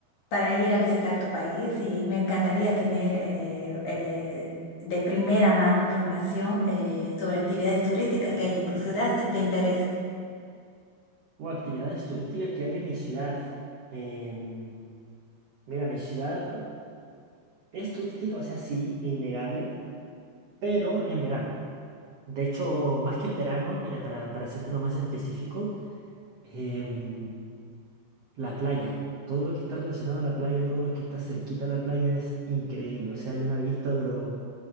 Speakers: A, on the left; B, on the right.
A: para ir a visitar tu país y me encantaría tener eh, eh, de primera mano información eh, sobre actividades turísticas que hay en tu ciudad, si te interesa.
B: O actividades turísticas que hay en mi ciudad. Em, mira, mi ciudad es turística, o sea, sí, innegable, pero en verano. De hecho, más que en verano, mira, para, para hacértelo más específico, em, la playa. Todo lo que está relacionado a la playa, todo lo que está cerquita a la playa es increíble. O sea, hay una vista, pero...